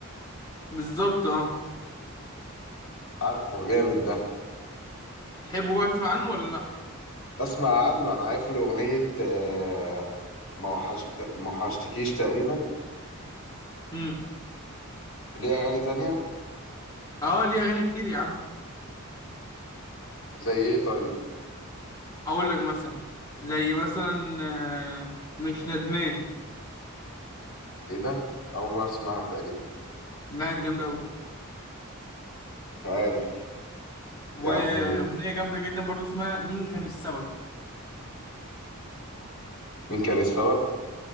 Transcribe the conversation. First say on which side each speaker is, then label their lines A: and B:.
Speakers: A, on the left (about 20°); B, on the left (about 65°).
A: بالظبط اه
B: عارفه جامد ده
A: بتحبه بقى تسمع عنه ولا لا
B: بسمع عنه انا عارف له اغنيه آه، ما وحشت ما وحشتكيش تقريبا
A: امم
B: ليه اغاني تانية
A: اه ليه اغاني كتير يا عم
B: زي ايه طيب
A: اقول لك مثلا زي مثلا آه، مش ندمان
B: ايه ده اول مره اسمعها تقريبا
A: لا دي جامده قوي
B: مش عارف
A: واغنيه
B: يعني
A: جامده جدا برضو اسمها مين كان السبب
B: مين كان السبب